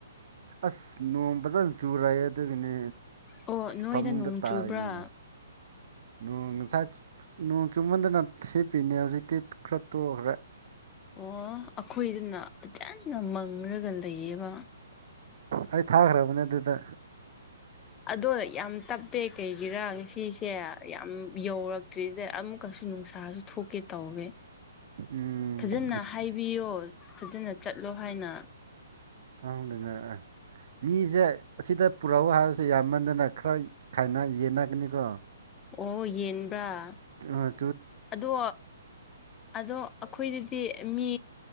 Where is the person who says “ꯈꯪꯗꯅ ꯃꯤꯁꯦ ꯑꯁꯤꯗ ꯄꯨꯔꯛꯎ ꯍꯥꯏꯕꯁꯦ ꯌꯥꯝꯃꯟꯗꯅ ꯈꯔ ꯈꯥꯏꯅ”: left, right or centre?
Right